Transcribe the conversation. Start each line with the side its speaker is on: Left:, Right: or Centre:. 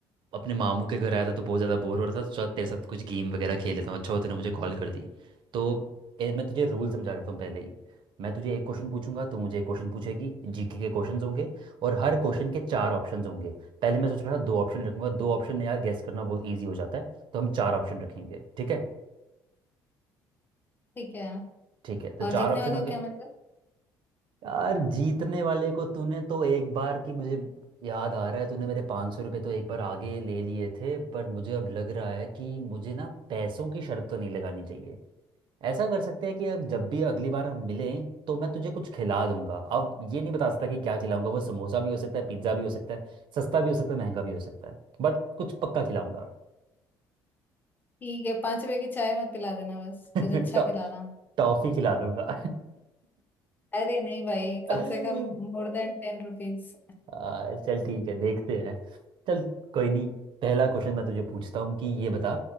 Right: अपने मामू के घर आया था तो बहुत ज़्यादा बोर हो रहा था तो चल तेरे साथ कुछ गेम वगैरह खेल लेता हूँ अच्छा हो तूने मुझे कॉल कर दी तो ए, मैं तुझे रूल समझा देता हूँ पहले ही मैं तुझे एक क्वेश्चन पूछूंगा तू मुझे एक क्वेश्चन पूछेगी जीके के क्वेश्चंस होंगे और हर क्वेश्चन के चार ऑप्शंस होंगे पहले मैं सोच रहा था दो ऑप्शन रखूंगा दो ऑप्शन में यार गेस करना बहुत ईजी हो जाता है तो हम चार ऑप्शन रखेंगे ठीक है
Left: ठीक है
Right: ठीक है तो
Left: और
Right: चार
Left: जीतने
Right: ऑप्शन
Left: वाले
Right: होंगे
Left: हो क्या मेरे को
Right: यार जीतने वाले को तूने तो एक बार की मुझे याद आ रहा है तूने मेरे 500 सौ रुपये तो एक बार आगे ले लिए थे पर मुझे अब लग रहा है कि मुझे ना पैसों की शर्त तो नहीं लगानी चाहिए ऐसा कर सकते हैं कि अब जब भी अगली बार हम मिलें तो मैं तुझे कुछ खिला दूंगा अब ये नहीं बता सकता कि क्या खिलाऊंगा वो समोसा भी हो सकता है पिज्ज़ा भी हो सकता है सस्ता भी हो सकता है महंगा भी हो सकता है बट कुछ पक्का खिलाऊंगा
Left: ठीक है पांच रुपए की चाय मत पिला देना बस
Right: <laughs>
Left: कुछ अच्छा
Right: टॉ-
Left: खिलाना
Right: टॉफी खिला दूंगा
Left: अरे नहीं भाई
Right: <laughs>
Left: कम से कम मोर देन टेन रुपीज
Right: आ, चल ठीक है देखते हैं चल कोई नहीं पहला क्वेश्चन मैं तुझे पूछता हूँ कि ये बता